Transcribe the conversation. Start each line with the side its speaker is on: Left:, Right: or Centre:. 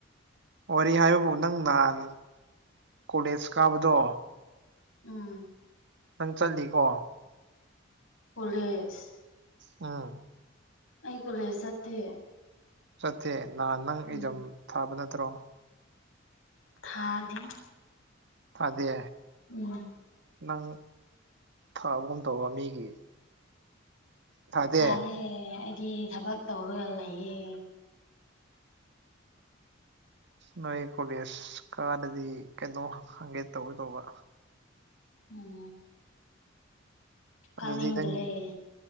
Right: ꯋꯥꯔꯤ ꯍꯥꯏꯕꯕꯨ ꯅꯪ ꯅꯍꯥꯟ ꯀꯣꯂꯦꯖ ꯀꯥꯕꯗꯣ
Left: ꯎꯝ
Right: ꯅꯪ ꯆꯠꯂꯤꯀꯣ
Left: ꯀꯂꯦꯖ
Right: ꯎꯝ
Left: ꯑꯩ ꯀꯣꯂꯦꯖ ꯆꯠꯇꯦ
Right: ꯆꯠꯇꯦ ꯅꯍ ꯅꯪ
Left: ꯎꯝ
Right: ꯑꯦꯖꯝ ꯊꯥꯕ ꯅꯠꯇ꯭ꯔꯣ
Left: ꯊꯥꯗ
Right: ꯑꯗꯦ
Left: ꯎꯝ
Right: ꯅꯪ ꯊꯥꯕꯒꯨꯝ ꯇꯧꯕ ꯃꯤꯒꯤ ꯊꯥꯗꯦ
Left: ꯊꯥꯔꯦ ꯑꯩꯗꯤ ꯊꯕꯛ ꯇꯧꯔꯒ ꯂꯩꯌꯦ
Right: ꯅꯣꯏ ꯀꯣꯂꯦꯖ ꯀꯥꯗꯗꯤ ꯀꯩꯅꯣ ꯍꯪꯒꯦ ꯇꯧꯒꯦ ꯇꯧꯕ
Left: ꯎꯝ ꯀꯅꯤꯗ꯭ꯔꯔꯤ
Right: ꯑꯗꯨꯗꯤ ꯅꯪ